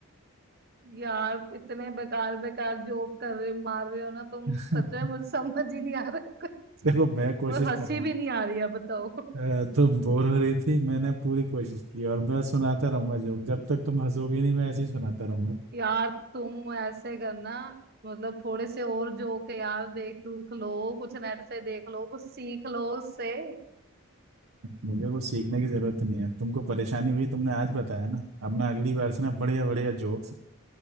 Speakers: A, on the right; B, on the right.
A: यार इतने बेकार बेकार जोक कर रहे मार रहे हो ना तुम
B: <laughs>
A: सच में मुझे समझ ही नहीं आ रहा
B: देखो मैं कोशिश
A: मुझे हंसी
B: कर रहा हूँ
A: भी नहीं आ रही है बताओ
B: अ, तुम बोर हो रही थी मैंने पूरी कोशिश की और मैं सुनाता रहूंगा जोक जब तक तुम हंसोगे नहीं मैं ऐसे ही सुनाता रहूंगा
A: यार तुम ऐसे करना मतलब थोड़े से और जोक है यार देख दुख लो कुछ नेट से देख लो कुछ सीख लो उससे
B: मुझे कुछ सीखने की जरूरत नहीं है तुमको परेशानी हुई तुमने आज बताया ना अब ना अगली बार से ना बढ़िया बढ़िया जोक्स